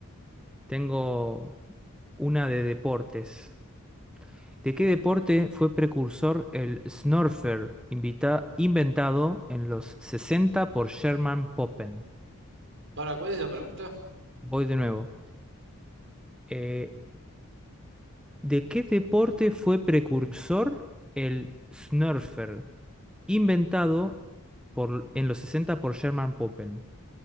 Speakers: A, in the centre; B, on the right.
A: tengo una de deportes. ¿De qué deporte fue precursor el snurfer invita- inventado en los 60 por Sherman Poppen?
B: ¿Para cuál es la pregunta?
A: Voy de nuevo. Eh, ¿de qué deporte fue precursor el snurfer inventado por- en los 60 por Sherman Poppen?